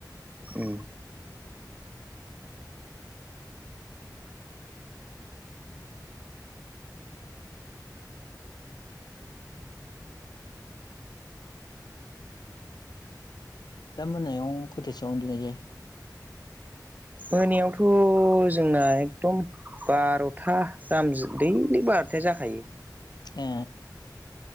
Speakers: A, on the right; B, on the left.
A: उम
B: दा मोनायाव खयथसेयाव उन्दुनाय जायो
A: मोनायावथ' जोंना एकदम बार'था गाहाम दैलि बार'थाया जाखायो
B: ए